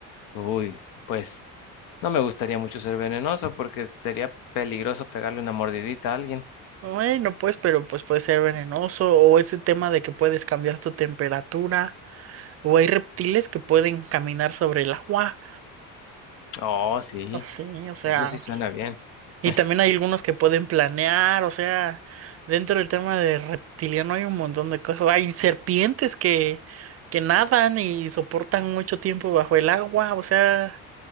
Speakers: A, on the left; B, on the right.
A: Uy, pues no me gustaría mucho ser venenoso porque sería peligroso pegarle una mordidita a alguien.
B: Bueno, pues, pero pues puede ser venenoso. O ese tema de que puedes cambiar tu temperatura. O hay reptiles que pueden caminar sobre el agua.
A: Oh, sí,
B: Así, o sea.
A: eso sí suena bien.
B: Y
A: <laughs>
B: también hay algunos que pueden planear. O sea, dentro del tema de reptiliano hay un montón de cosas. Hay serpientes que, que nadan y soportan mucho tiempo bajo el agua. O sea,